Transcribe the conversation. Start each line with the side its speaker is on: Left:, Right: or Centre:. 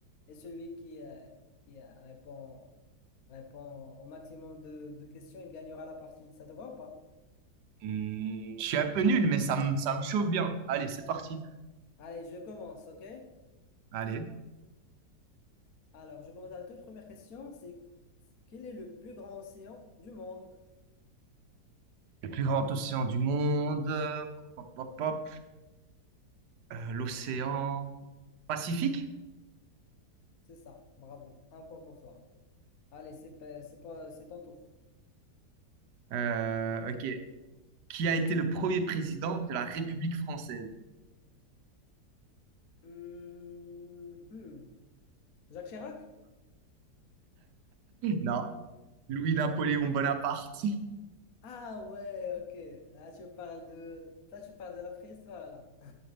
Left: et celui qui euh, qui euh, répond répond au maximum de, de questions, il gagnera la partie. Ça te va ou pas?
Right: Hmm, Je suis un peu nul, mais ça me, ça me chauffe bien. Allez, c'est parti.
Left: Allez, je commence, OK?
Right: Allez.
Left: Alors, je commence la toute première question, c'est quel est le plus grand océan du monde?
Right: Le plus grand océan du monde. euh, Pop, pop, pop. Euh, l'océan Pacifique?
Left: C'est ça. Bravo. Un point pour toi. Allez, c'est pas- c'est pas c'est ton tour.
Right: Euh, ok. Qui a été le premier président de la République française?
Left: Hmm, hmm. Jacques Chirac?
Right: Non, Louis-Napoléon Bonaparte. <laughs>
Left: Ah ouais, ok. Ah, tu parles de... Toi, tu parles de la préhistoire, là. <laughs>